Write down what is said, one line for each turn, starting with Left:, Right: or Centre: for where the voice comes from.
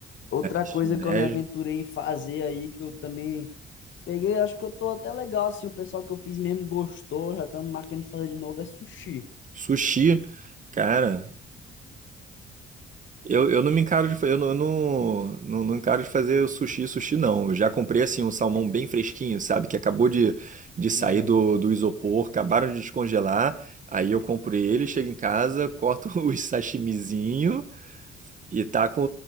Left: outra
Right: Shimeji,
Left: coisa que eu me aventurei em fazer aí, que eu também peguei, acho que eu tô até legal, assim, o pessoal que eu fiz mesmo gostou, já estamos marcando de fazer de novo, é sushi.
Right: sushi, cara, eu, eu não me encaro de fa- eu não, eu não, não, não encaro de fazer o sushi, sushi não. Eu já comprei assim um salmão bem fresquinho, sabe, que acabou de, de sair
Left: Uhum.
Right: do, do isopor, acabaram de descongelar. Aí eu compro ele, chego em casa, corto <laughs> os sashimizinho e taco,